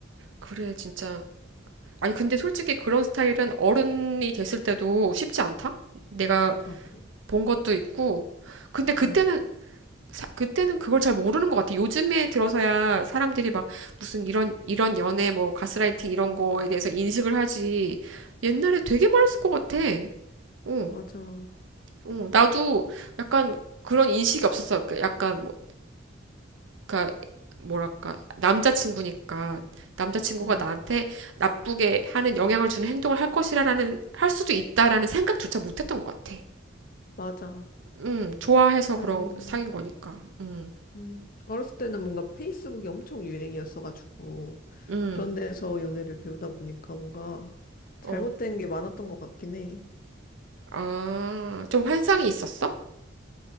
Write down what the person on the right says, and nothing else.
그래, 진짜. 아니, 근데 솔직히 그런 스타일은 어른이 됐을 때도 쉽지 않다? 내가
본 것도 있고. 근데 그때는
사- 그때는 그걸 잘 모르는 것 같아. 요즘에 들어서야 사람들이 막 무슨 이런, 이런 연애, 뭐, 가스라이팅 이런 거에 대해서 인식을 하지. 옛날에 되게 많았을 것 같아. 어,
어, 나도 약간 그런 인식이 없었어. 그 약간 뭐, 그니까 뭐랄까 남자친구니까 남자친구가
나한테 나쁘게 하는 영향을 주는 행동을 할 것이라는 할 수도 있다라는 생각조차 못했던 것 같아.
음, 좋아해서
그런 사귄 거니까. 음,
음,
어.
아, 좀 환상이 있었어?